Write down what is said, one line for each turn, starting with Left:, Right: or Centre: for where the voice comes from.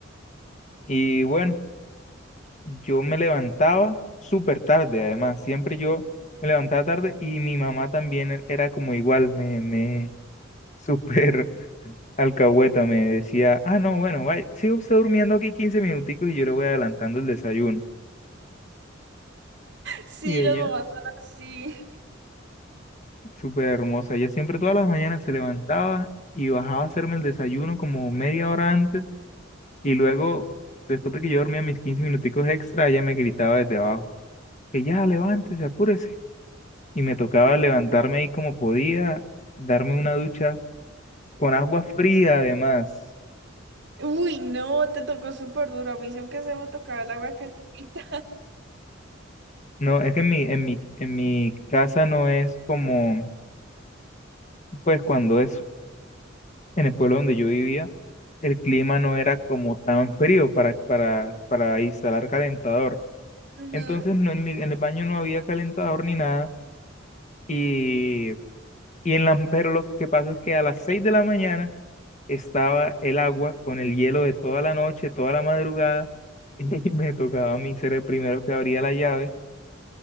Left: Y bueno. yo me levantaba súper tarde, además, siempre yo me levantaba tarde y mi mamá también e- era como igual, me, me súper <laughs> alcahueta, me decía, ah, no, bueno, vaya, sigue usted durmiendo aquí 15 minuticos y yo le voy adelantando el desayuno.
Right: Sí,
Left: Y ella,
Right: las mamás son así.
Left: súper hermosa, ella siempre todas las mañanas se levantaba y bajaba a hacerme el desayuno como media hora antes y luego, después de que yo dormía mis 15 minuticos extra, ella me gritaba desde abajo, que ya, levántese, apúrese y me tocaba levantarme ahí como podía, darme una ducha con agua fría además.
Right: Uy, no, te tocó súper duro. A mí sí, aunque se me tocaba el agua calientita.
Left: No, es que en mi, en mi, en mi casa no es como, pues cuando es en el pueblo donde yo vivía, el clima no era como tan frío para, para, para instalar calentador.
Right: Ujú.
Left: Entonces no, en mi- en el baño no había calentador ni nada y, y en la, pero lo que pasa es que a las 6 de la mañana estaba el agua con el hielo de toda la noche, toda la madrugada <laughs> Y me tocaba a mí ser el primero que abría la llave